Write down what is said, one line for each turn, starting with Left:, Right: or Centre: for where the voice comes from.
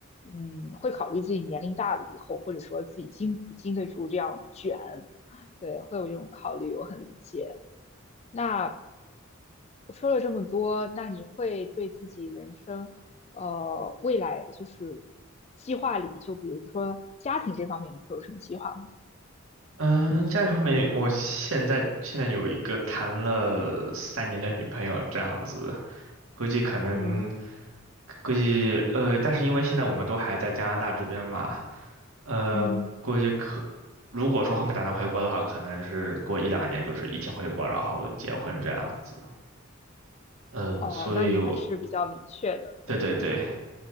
Left: 嗯会考虑自己年龄大了以后，或者说自己经不经得住这样卷，<laughs> 对，会有这种考虑，我很理解。那我说了这么多，那你会对自己人生，呃，未来就是计划里，就比如说家庭这方面，你会有什么计划吗？
Right: 嗯、家里方面，我现在现在有一个谈了三年的女朋友，这样子，估计可能
Left: 嗯
Right: 估计呃，但是因为现在我们都还在加拿大这边嘛，呃，
Left: 嗯。
Right: 估计可，如果说后面打算回国的话，可能是过一两年就是一起回国，然后结婚这样子。呃，
Left: 哦，
Right: 所以我，
Left: 那你还是比较明确的，
Right: 对对对，
Left: 对。